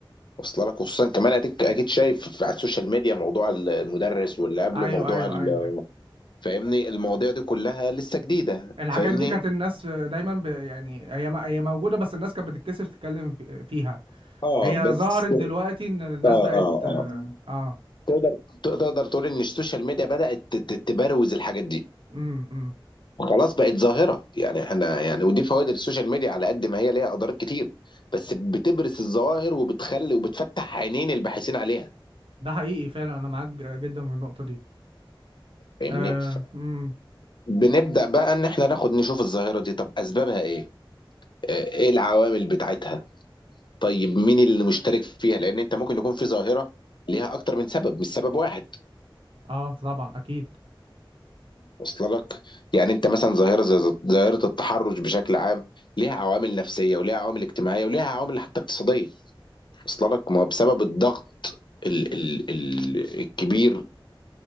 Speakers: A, on the left; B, on the right.
A: واصله لك خصوصا كمان اديك اكيد شايف في- على السوشيال ميديا موضوع المدرس واللي قبله
B: ايوه
A: موضوع
B: ايوه
A: ال-
B: ايوه
A: فاهمني المواضيع دي كلها لسه جديدة
B: الحاجات
A: فاهمني
B: دي كانت الناس دايما ب... يعني هي م- هي موجوده بس الناس كانت بتتكسف تتكلم في- فيها
A: اه
B: هي
A: بس
B: ظهرت دلوقتي ان الناس
A: اه اه
B: بقت اه
A: اه
B: آه.
A: تقدر تقدر تقول ان السوشيال ميديا بدأت ت- ت- تبروز الحاجات دي
B: امم امم
A: خلاص بقت ظاهرة يعني احنا يعني ودي فوائد السوشيال ميديا على قد ما هي ليها اضرار كتير بس بتبرز الظواهر وبتخلي وبتفتح عينين الباحثين عليها
B: ده حقيقي فعلا انا معاك جدا في النقطه دي
A: فاهمني
B: اه امم
A: فبنبدأ بقى ان احنا ناخد نشوف الظاهرة دي طب اسبابها ايه اه، ايه العوامل بتاعتها طيب مين اللي مشترك فيها لان انت ممكن يكون في ظاهرة ليها اكتر من سبب مش سبب واحد
B: اه طبعا اكيد
A: وصل لك يعني انت مثلا ظاهرة زي ظاهرة التحرش بشكل عام ليها عوامل نفسية وليها عوامل اجتماعية وليها عوامل حتى اقتصادية واصله لك ما هو بسبب الضغط ال ال ال الكبير